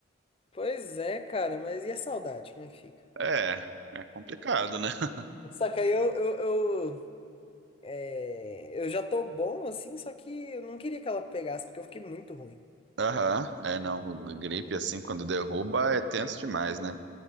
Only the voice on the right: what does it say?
É, é complicado, né? <laughs>
Aham, É, não, gripe assim quando derruba é tenso demais, né?